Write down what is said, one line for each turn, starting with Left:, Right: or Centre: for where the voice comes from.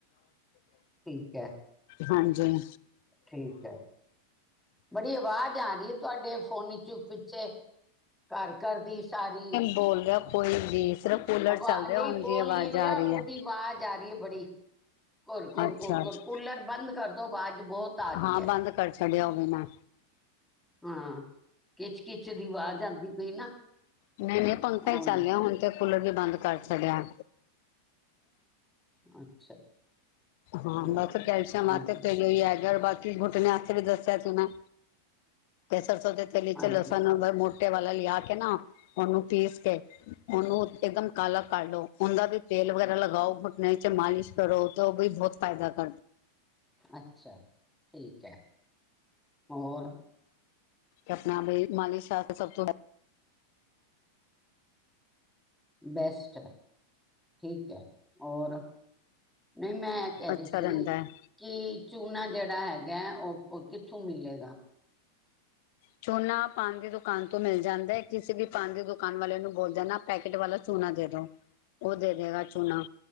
Centre: ਠੀਕ ਹੈ
Left: ਹਾਂਜੀ।
Centre: ਠੀਕ ਐ। ਬੜੀ ਆਵਾਜ਼ ਆ ਰਹੀ ਹੈ, ਤੁਹਾਡੇ ਫੋਨ ਚੋਂ ਪਿੱਛੇ ਘਰ-ਘਰ ਦੀ ਸਾਰੀ
Left: ਬੋਲਿਆ ਕੋਈ ਵੀ ਸਿਰਫ ਕੂਲਰ
Centre: ਵ
Left: ਚੱਲ ਰਿਹਾ
Centre: ਨਹੀਂ
Left: ਉਹਦੀ
Centre: ਬੋਲ
Left: ਆਵਾਜ਼
Centre: ਨਹੀਂ ਰਹੀ ਆ। ਉਹਦੀ
Left: ਹੈ
Centre: ਆਵਾਜ਼ ਆ ਰਹੀ ਐ ਬੜੀ। ਘੁਰਕੁਰ,
Left: ਅੱਛਾ
Centre: ਕੁਰਕੁਰ,
Left: ਅੱਛਾ
Centre: ਕੂਲਰ ਬੰਦ ਕਰਦੋ ਬਾਅਜ ਬਹੁਤ ਆ ਰਹੀ
Left: ਹਾਂ
Centre: ਐ।
Left: ਬੰਦ ਕਰ ਛੱਡਿਆ ਉਹ ਵੀ ਮੈਂ
Centre: ਹਾਂ। ਕਿੱਚ- ਕਿੱਚ ਦੀ ਆਵਾਜ਼ ਆਉਂਦੀ ਪਈ ਨਾ।
Left: ਨਹੀਂ, ਨਹੀਂ। ਪੰਖਾ
Centre: ਉਹੀ
Left: ਹੀ ਚੱਲ ਰਿਆ ਹੁਣ ਤੇ ਕੂਲਰ ਵੀ ਬੰਦ ਕਰ ਛੱਡਿਆ
Centre: ਅੱਛਾ। ਚਲੋ
Left: ਹਾਂ।। ਬਸ ਕੈਲਸ਼ਅਮ
Centre: ਹਾਂਜੀ
Left: ਮਥ ਤੇਈ ਹੈਗ ਬ ਘੁਟਣੇ ਅਸਤੇ ਵੀ ਦੱਸਿਆ ਸੀ ਮੈਂ, ਸਰਸੋ ਦੇ ਤੇਲ ਚ
Centre: ਹਾਂਜੀ
Left: ਲਸਣ ਬ ਤੇ ਵਾਲਾ ਲਿਆ ਕੇ ਨਾ, ਉਹਨੂੰ ਪੀਸ ਕੇ ਉਹਨੂੰ ਇੱਕਦਮ ਕਾਲਾ ਕਰ ਲੋ। ਉਹਦਾ ਵੀ ਤੇਲ ਵਗੈਰਾ ਲਗਾਓ, ਬੁਟਨੇ ਚ ਮਾਲਿਸ਼ ਕਰੋ ਤੇ ਉਹ ਵੀ ਬਹੁਤ ਫਾਇਦਾ ਕਰ
Centre: ਅੱਛਾ, ਠੀਕ ਐ। ਹੋਰ
Left: ਆਪਣਾ ਮਾਲਸ਼ ਤੋਂ ਸਭ ਤੋਂ
Centre: ਬੈਸਟ ਐ। ਠੀਕ ਹੈ, ਓਰ ਨਹੀਂ, ਮੈਂ ਕਹਿ
Left: ਅੱਛਾ
Centre: ਰਹੀ ਸੀ।
Left: ਰਹਿੰਦਾ ਹੈ
Centre: ਕਿ ਚੂਨਾ ਜਿਹੜਾ ਹੈਗਾ ਐ। ਉਹ ਕਿੱਥੋਂ ਮਿਲੇਗਾ?
Left: ਝੋਨਾ ਪਾਣੀ ਦੀ ਦੁਕਾਨ ਤੋਂ ਮਿਲ ਜਾਂਦਾ ਐ। ਕਿਸੇ ਵੀ ਪਾਣੀ ਦੀ ਦੁਕਾਨ ਵਾਲੇ ਨੂੰ ਬੋਲਦਾ ਨਾ ਪੈਕੇਟ ਵਾਲਾ ਚੂਨਾ ਦੇ ਦੋ। ਉਹ ਦੇ ਦੇਗਾ ਚੂਨਾ